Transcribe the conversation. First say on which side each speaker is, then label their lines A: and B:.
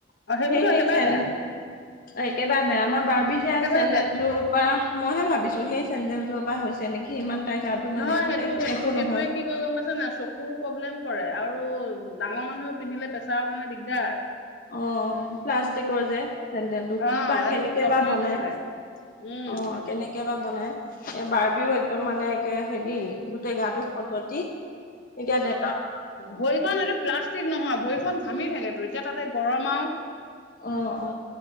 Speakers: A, on the left (about 75°); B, on the left (about 50°).
A: অ সেইবোৰতো
B: সেই
A: একেবাৰে
B: সেই চেন
A: বেয়া।
B: একেবাৰে বেয়া আমাৰ বাৰ বিষে
A: একেবাৰে
B: চেন্দেলযোৰ
A: বেয়া।
B: পৰা। মইহে ভাবিছোঁ সেই চেণ্ডেলযোৰৰ পৰা হৈছে নেকি ইমান তাই গাটো
A: নহয়
B: মানে আগতে
A: সেইটো সেইটো
B: একো
A: সেইটোয়ে
B: নহয়
A: কি কয় গম পাইছ না চ চকুৰো প্ৰব্লেম কৰে, আৰু ডাঙৰ মানুহে পিন্ধিলে প্ৰেছাৰৰ কাৰণে দিগদাৰ।
B: অ প্লাষ্টিকৰ যে। চেডেল টো
A: অ
B: কিবা
A: এইটো
B: কেনেকে
A: মোক ডক্তৰে
B: বা বনাই
A: কৈছিলে। উম।
B: অ কেনেকে বা। বনাই এ বাৰ্বিও একদম মানে একে হেৰি গোটেই গাটো খজতি। এতিয়া দে
A: ভৈখন এইটো প্লাষ্টিক নহয় ভৈখন ঘামি থাকেতো এতিয়া তাতে গৰম আৰুও।
B: অ, অ